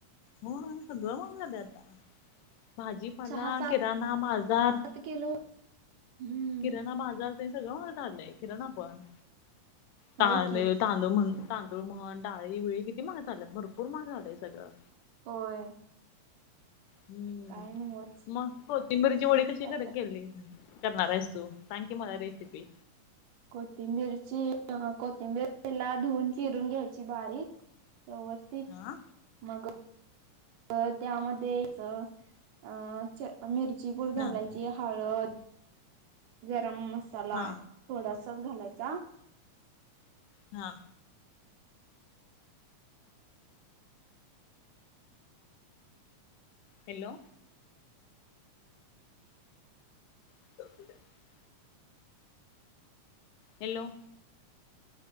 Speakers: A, on the left; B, on the right.
A: हो सगळं महाग झालं आता भाजीपाला
B: सहा सात
A: किराणा बाजार
B: किलो हम्म
A: किराणा बाजार ते सगळं हो झालंय किरणा पण
B: होय
A: तांदूळ
B: की
A: तांदूळ म्हण तांदूळ म्हण डाळी बिळी किती महाग झाल्यात भरपूर महाग झालंय सगळं
B: होय
A: हम्म
B: काय नव्हच
A: मग कोथिंबरीची वडी कशी
B: काय कर
A: केली करणार आहेस तू सांग की मला रेसिपी
B: कोथिंबीरची कोथिंबीर ला धुवून चिरून घ्यायची बारीक व्यवस्थित
A: हा
B: मग तर त्यामध्ये अ मिरची पूड घालायची.
A: हा
B: हळद, गरम मसाला
A: हा
B: थोडासाच घालायचा.
A: हां hello <unintelligible> hello